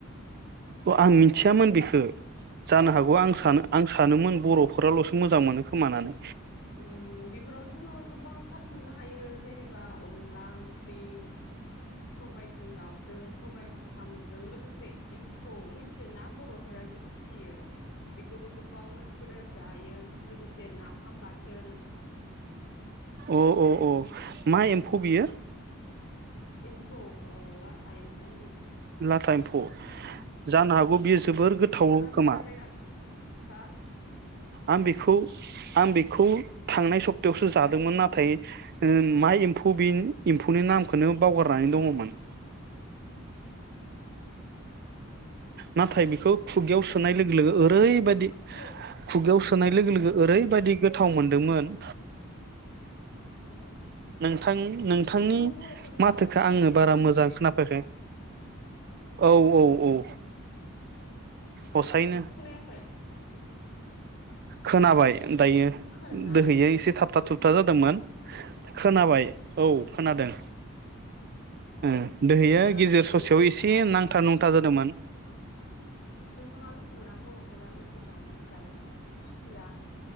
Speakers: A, on the right; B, on the left.
A: अ आं मिथियामोन बेखौ जानो
B: औ
A: हागौ आं सानो आं सानोमोन बर'फो फोरालसो मोजां मोनो खोमा होननानै
B: उम बेफोराव जोङो गोबांथार मोननो हायो जेनेबा अनला ओंख्रि सबायजों दाउजों सबायजों साम'जों लोगोसे एम्फौ मिथियोना बर'फोरा जि फिसियो बेखौबो गोबां मानसिफोरा जायो लोगोसे ना फाम बाथोन
A: अ अ अ मा एम्फौ बियो
B: एम्फौ ओ लाथा एम्फौ होनो
A: लाथा एम्फौ जानो हागौ बियो जोबोर गोथाव
B: नोंथाङा जाफेरबायना
A: खोमा
B: हा
A: आं बेखौ आं बेखौ थांनाय सप्तायावसो जादोंमोन नाथाय मा एम्फौ बे एम्फौनि नामखौनो बावगारनानै दङमोन नाथाय बिखौ खुगायाव सोनाय लोगो लोगो ओरैबायदि
B: बेफोर
A: खुगायाव सोनाय लोगो लोगो ओरैबायदि गोथाव मोनदोंमोन
B: औ
A: नोंथां नोंथांनि
B: बेफोरबो बर'फोरनि
A: माथोखौ
B: जाग्रा मोनसे
A: आङो बारा मोजां खोनाफायाखै औ औ औ हसायैनो
B: खोनायाखै
A: खोनाबाय दायो
B: खोनादोंना
A: दोहैयो एसे थाब थाब थुब होबथा जादोंमोन खोनाबाय औ खोनादों ओ दोहैयो
B: नोंथाङा मिथियोना
A: गेजेर ससेयाव
B: बर'फोरा
A: एसे
B: आरो
A: नांथा नुंथा जादोंमोन
B: नोंथाङा मिथिगौना बर'फोरा एन्जर जावनानै जायोमोन खुसिया